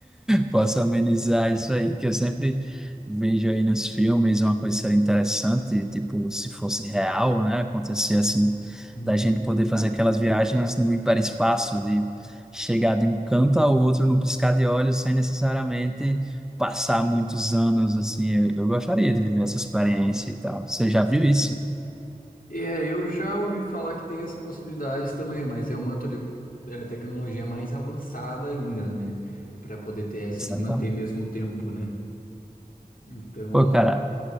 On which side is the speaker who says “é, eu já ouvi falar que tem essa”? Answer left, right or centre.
Left